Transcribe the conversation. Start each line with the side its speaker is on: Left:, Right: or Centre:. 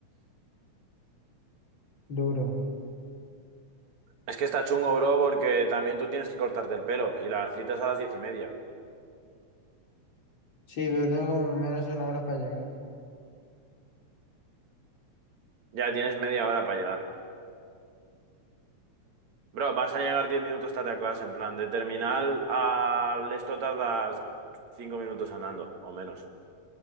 Left: Duro.
Right: Es que está chungo, bro, porque también tú tienes que cortarte el pelo y la cita es a las 10 y media.
Left: Sí, pero tengo como menos de una hora para llegar.
Right: Ya tienes media hora para llegar. Bro, vas a llegar 10 minutos tarde a clase, en plan, de terminal al esto tardas 5 minutos andando, o menos.